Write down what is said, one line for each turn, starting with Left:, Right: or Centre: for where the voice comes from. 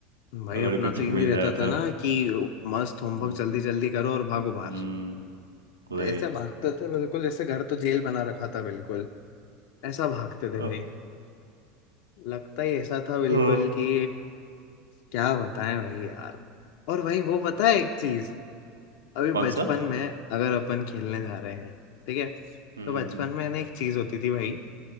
Left: भाई
Right: अगर
Left: अपना
Right: कुछ
Left: तो यूं
Right: मिल
Left: ही रहता
Right: जाए
Left: था
Right: तो
Left: ना कि मस्त होमवर्क
Right: हम्म
Left: जल्दी जल्दी करो और भागो बाहर
Right: हम्म, वही
Left: ऐसा भागते थे बिल्कुल जैसे घर तो जेल बना रखा था बिल्कुल ऐसा भागते थे
Right: अ,
Left: भाई लगता ही ऐसा था बिल्कुल
Right: अ,
Left: कि क्या बताएं भाई यार और भाई वो पता है एक चीज अभी
Right: कौन
Left: बचपन
Right: सा
Left: में अगर अपन खेलने जा रहे हैं ठीक है
Right: हम्म
Left: तो बचपन
Right: हम्म
Left: में ना एक चीज होती थी भाई